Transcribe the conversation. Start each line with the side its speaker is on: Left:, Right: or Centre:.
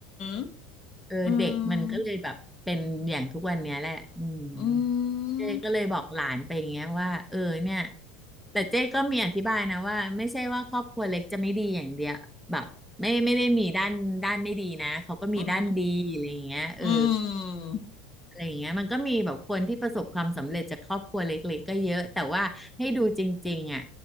Left: ม
Centre: เออเด็กมันก็เลยแบบเป็นอย่างทุกวันเนี้ยแหละอืม
Left: อืมอื
Centre: เจ๊ก็เลยบอกหลานไปอย่างเงี้ยว่าเออเนี่ย
Left: ม
Centre: แต่เจ๊ก็มีอธิบายนะว่าไม่ใช่ว่าครอบครัวเล็กจะไม่ดีอย่างเดียวแบบไม่ไม่ได้มีด้านด้านไม่ดีนะเขาก็มีด้านดีอะไรอย่างเงี้ยเออ
Left: อืมอืม
Centre: อะไรอย่างเงี้ยมันก็มีแบบคนที่ประสบความสำเร็จจากครอบครัวเล็กๆก็เยอะแต่ว่าให้ดูจริงๆอ่ะ